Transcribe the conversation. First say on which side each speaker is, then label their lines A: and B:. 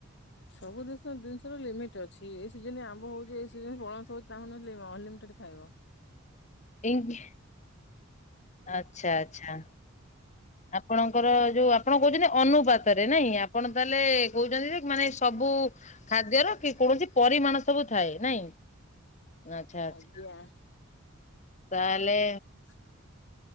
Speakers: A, on the left (about 55°); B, on the left (about 35°).
A: ସବୁ ଦିନଷ ଦିନଷର ଲିମିଟ ଅଛି ଏ ସିଜନରେ ଆମ୍ବ ହୋଉଚି ଏ ସିଜନ ପଣସ ହୋଉଚି ତା ମାନେ ନୁହେଁ ଯେ ଲି ଅଂଲିମିଟେଡ଼ ଖାଇବ
B: ଇଙ୍କ୍ ଆଛା ଆଛା। ଆପଣଙ୍କର ଯୋଉ ଆପଣ କୋହୁଚନ୍ତି ଯେ ଅନୁପାତରେ ନାଇଁ ଆପଣ ତାହେଲେ କୋହୁଚନ୍ତି ଯେ ମାନେ ସବୁ ଖାଦ୍ୟର କି କୌଣସି ପରିମାଣ ସବୁ ଥାଏ ନାଇଁ। ଆଛା ଆଛା
A: ଆଜ୍ଞା
B: ତାହାଲେ
A: ?